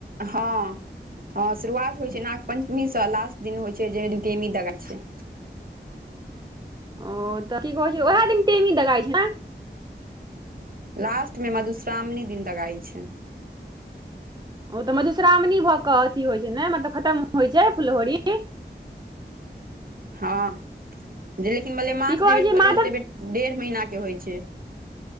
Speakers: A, on the right; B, on the right.
A: हँ हँ शुरुआत होइ छै नाग पंचमी सँ लास्ट दिन होइ छै जाहि दिन टेमी दगाइ छै
B: ओ तऽ की कहै छै ओहे दिन टेमी दगाई छै नें।
A: लास्ट मे मधुश्रावणी दिन दगाइ छै।
B: ओ तऽ मधुश्रावणी भऽ के अथी होइ छै ने मतलब खतम होइ छै फुललोहड़ी
A: हँ जे लेकिन मलेमास
B: की कहै
A: जहि बेर पड़ल
B: माधव
A: रहै छै तहि बेर डेढ़ महीना के होय छै।